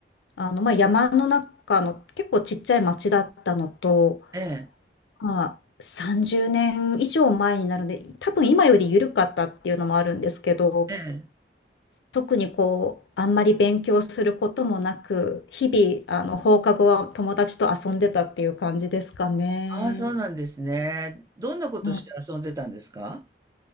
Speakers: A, on the left (about 85°); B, on the right (about 20°).
A: あの、まあ、山の中の結構ちっちゃい町だったのと、
B: ええ、
A: まあ、30年以上前になるので、多分今より緩かったっていうのもあるんですけど、
B: ええ。
A: 特にこう、あんまり勉強することもなく、日々、あの、放課後は友達と遊んでたっていう感じですかね。
B: ああ、そうなんですね。どんなことして遊んでたんですか
A: うん